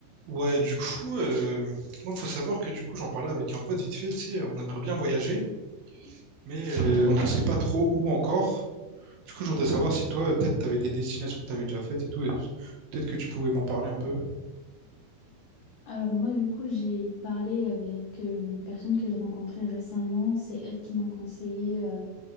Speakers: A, on the right; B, on the left.
A: Ouais, du coup, euh, moi, faut savoir que du coup, j'en parlais avec un pote vite fait, tu sais, on aimerait bien voyager, mais euh, on ne sait pas trop où encore. Du coup, je voudrais savoir si toi, euh, peut-être, tu avais des destinations que tu avais déjà faites et tout, et peut-être que tu pouvais m'en parler un peu.
B: Alors moi, du coup, j'ai parlé avec euh, une personne que j'ai rencontrée récemment. C'est elle qui m'a conseillé euh,